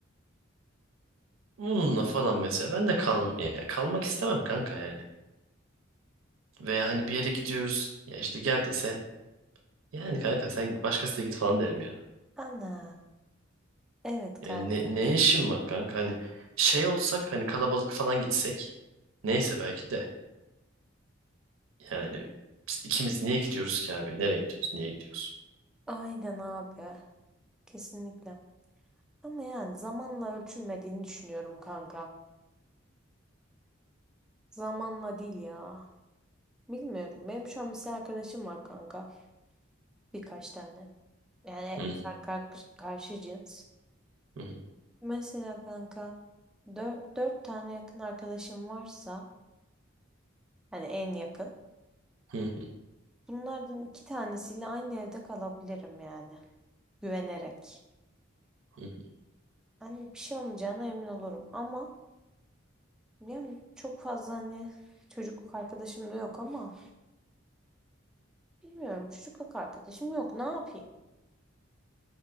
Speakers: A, on the right; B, in the centre.
A: bununla falan mesela ben de kal yani kalmak istemem kanka yani. Veya hani bir yere gidiyoruz ya işte gel dese yani kanka sen başkasına git falan derim yani."
B: Ana, evet kanka.
A: Yani ne, ne işin var kanka? Hani şey olsak hani kalabalık falan gitsek. Neyse belki de. Yani biz ikimiz niye gidiyoruz ki abi? Nereye gidiyoruz? Niye gidiyoruz?
B: Aynen abi, kesinlikle. Ama yani zamanla ölçülmediğini düşünüyorum kanka. Zamanla değil ya. Bilmiyorum. Benim şu an mesela arkadaşım var kanka. Birkaç tane. Yani
A: Hı hı,
B: fer- karşı, karşı cins.
A: hı hı,
B: Mesela kanka dö- dört tane yakın arkadaşım varsa hani en yakın.
A: hı
B: Bunlardan iki tanesiyle aynı evde kalabilirim yani güvenerek.
A: hı.
B: Hani bir şey olmayacağına emin olurum ama yani çok fazla hani çocukluk arkadaşım da yok ama bilmiyorum çocukluk arkadaşım yok ne yapayım?